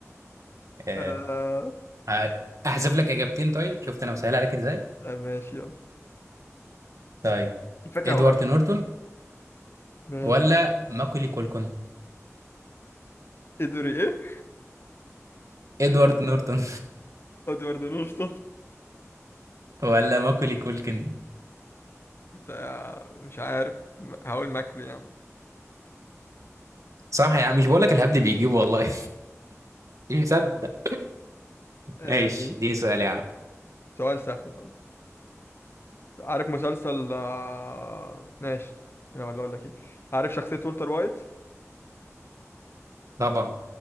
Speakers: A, on the right; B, on the left.
A: آه
B: آه...
A: آه، احذف لك اجابتين طيب شفت انا بسهل عليك ازاي
B: آه ماشي يلا
A: طيب
B: الفكره
A: ادوارد
B: اقولها
A: نورتون
B: ماشي
A: ولا ماكولي كولكن
B: ادري ايه
A: ادوارد نورتون
B: ادوارد نورتون
A: <laughs> ولا ماكولي كولكن
B: بتاع مش عارف هقول ماكل يعني
A: صح يا عم مش بقول لك الهبد بيجيب والله <laughs> مش مصدق
B: آه،
A: ماشي اديني سؤال يا عم
B: سؤال سهل طبعا عارف مسلسل آه، ماشي لا، ولا اقول لك ايه عارف شخصية والتر وايت
A: طبعا